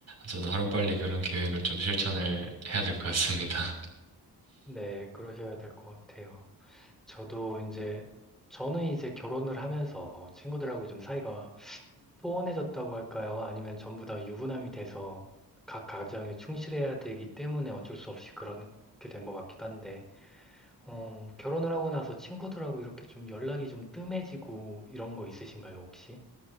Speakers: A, on the right; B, in the centre.
A: 저도 하루빨리 그런 계획을 좀 실천을 해야 될 것 같습니다. <laughs>
B: 네, 그러셔야 될 것 같아요. 저도 이제, 저는 이제 결혼을 하면서 친구들하고 좀 사이가 소원해졌다고 할까요? 아니면 전부 다 유부남이 돼서 각 가정에 충실해야 되기 때문에 어쩔 수 없이 그렇게 된 것 같기도 한데, 어, 결혼을 하고 나서 친구들하고 이렇게 좀 연락이 좀 뜸해지고 이런 거 있으신가요, 혹시?